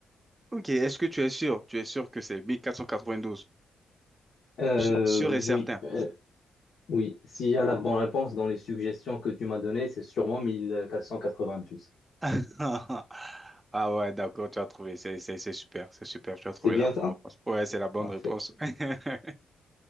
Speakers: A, on the right; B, on the left.
A: Ok, est-ce que tu es sûr? Tu es sûr que c'est 1492?
B: Euh,
A: Su- Sûr
B: oui,
A: et certain.
B: euh, oui. S'il y a la bonne réponse dans les suggestions que tu m'as données, c'est sûrement 1492.
A: <laughs> Ah ouais, d'accord, tu as trouvé. C'est c'est- c'est super, c'est super. Tu as trouvé
B: C'est bien
A: la bonne
B: ça?
A: réponse. Ouais, c'est la bonne
B: Parfait.
A: réponse. <laughs>